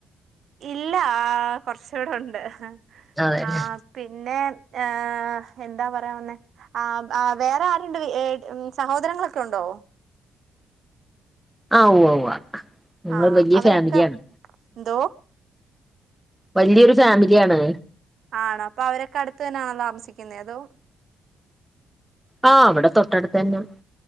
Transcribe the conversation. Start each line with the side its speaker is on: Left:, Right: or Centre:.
Right: ഇല്ല ആ കുറച്ചൂടെ ഉണ്ട്
Centre: അതേല്ലേ
Right: ആ പിന്നെ ഏ എന്താ പറയാവന്നേ ആ വേറെ ആരുണ്ട് സഹോദരങ്ങളൊക്കെ ഉണ്ടോ <unintelligible>
Centre: ആ ഉവ്വവ്വ ഞങ്ങൾ
Right: ആ
Centre: വലിയ
Right: അവരൊക്കെ
Centre: ഫാമിലിയാണ്
Right: എന്തോ
Centre: വലിയൊരു ഫാമിലിയാണ്
Right: ആണോ അപ്പൊ അവരൊക്കെ അടുത്ത് തന്നെയണോ താമസിക്കുന്നത് അതോ
Centre: ആ അവിടെ തൊട്ടടുത്ത് തന്ന